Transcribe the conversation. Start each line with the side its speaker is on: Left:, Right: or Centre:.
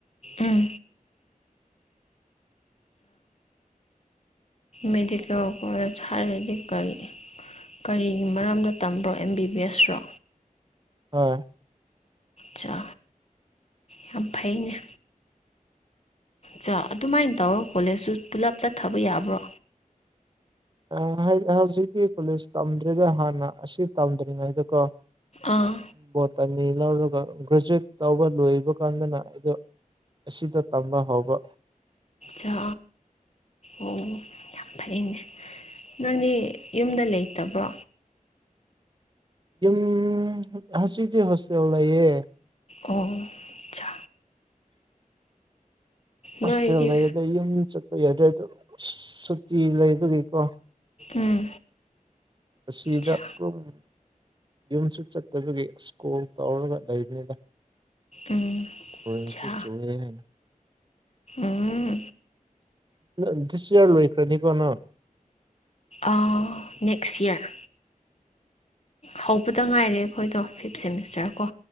Left: ꯎꯝ ꯃꯦꯗꯤꯀꯦꯜ ꯀꯣꯂꯦꯖ ꯍꯥꯏꯔꯗꯤ ꯀꯔꯤ ꯀꯔꯤꯒꯤ ꯃꯔꯝꯗ ꯇꯝꯕ꯭ꯔꯣ ꯑꯦꯝ ꯕꯤ ꯕꯤ ꯑꯦꯁ ꯔꯣ
Right: ꯍꯣꯏ
Left: ꯆꯥ ꯌꯥꯝ ꯐꯩꯅꯦ ꯆꯥ ꯑꯗꯨꯃꯥꯏꯟ ꯇꯧꯔꯥ ꯀꯣꯂꯦꯖꯁꯨꯨ ꯄꯨꯂꯞ ꯆꯠꯊꯕ ꯌꯥꯕ꯭ꯔꯣ
Right: ꯑꯥ ꯍꯥꯏ ꯍꯧꯖꯤꯛꯇꯤ ꯀꯣꯂꯦꯖ ꯇꯝꯗ꯭ꯔꯦꯗ ꯍꯥꯟꯅ ꯑꯁꯤ ꯇꯝꯗ꯭ꯔꯤꯉꯩꯗꯀꯣ
Left: ꯑꯥ
Right: ꯕꯣꯠꯇꯅꯤ ꯂꯧꯔꯒ ꯒ꯭ꯔꯦꯖꯨꯑꯦꯠ ꯇꯧꯕ ꯂꯣꯏꯕ ꯀꯥꯟꯗꯅ ꯑꯩꯗꯣ ꯑꯁꯤꯗ ꯇꯝꯅ ꯍꯧꯕ
Left: ꯆꯥ ꯑꯣ ꯌꯥꯝ ꯐꯩꯅꯦ ꯅꯪꯗꯤ ꯌꯨꯝꯗ ꯂꯩꯇꯕ꯭ꯔꯣ
Right: ꯌꯨꯝ ꯍꯧꯖꯤꯛꯇꯤ ꯍꯣꯁꯇꯦꯜ ꯂꯩꯌꯦ
Left: ꯑꯣ ꯆꯥ
Right: ꯍꯣꯁꯇꯦꯜ
Left: ꯅꯣꯏꯗꯤ
Right: ꯂꯩ ꯑꯗꯥ ꯌꯨꯝ ꯆꯠꯄ ꯌꯥꯗ꯭ꯔꯦ ꯑꯗꯣ ꯁꯨꯇꯤ ꯂꯩꯕꯒꯤꯀꯣ
Left: ꯎꯝ
Right: ꯑꯁꯤꯗ
Left: ꯆꯥ
Right: <unintelligible> ꯌꯨꯝꯁꯨ ꯆꯠꯇꯕꯒꯤ ꯑꯁ‌ ꯀꯣꯜ ꯇꯧꯔꯒ ꯂꯩꯕꯅꯤꯗ
Left: ꯎꯝ
Right: ꯊꯣꯏꯅꯁꯨ
Left: ꯆꯥ
Right: ꯆꯨꯋꯦ ꯍꯥꯏꯅ
Left: ꯎꯝ
Right: ꯅ ꯗꯤꯁ ꯏꯌꯔ ꯂꯣꯏꯈ꯭ꯔꯅꯤꯀꯣ ꯅꯪ
Left: ꯑꯥ ꯅꯦꯛꯁ ꯏꯌꯔ ꯍꯧꯕꯗ ꯉꯥꯏꯔꯤ ꯑꯩꯈꯣꯏꯗꯣ ꯐꯤꯞ ꯁꯦꯃꯤꯁꯇꯔ ꯀꯣ